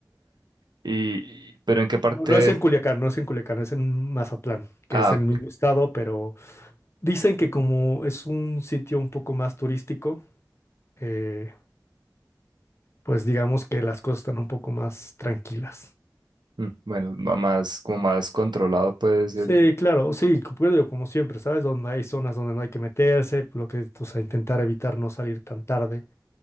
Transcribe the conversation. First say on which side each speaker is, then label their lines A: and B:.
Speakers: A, on the right; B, on the left.
A: Y, pero ¿en qué parte?
B: No, no es en Culiacán, no es en Culiacán, es en Mazatlán, que
A: Ah,
B: es en
A: ok.
B: el mismo estado, pero dicen que como es un sitio un poco más turístico, eh, pues digamos que las cosas están un poco más tranquilas.
A: mm, bueno, ma- más, como más controlado, pues
B: Sí,
A: el...
B: claro, sí, co- pues digo, como siempre, ¿sabes? Donde hay zonas donde no hay que meterse, lo que, o sea, intentar evitar no salir tan tarde,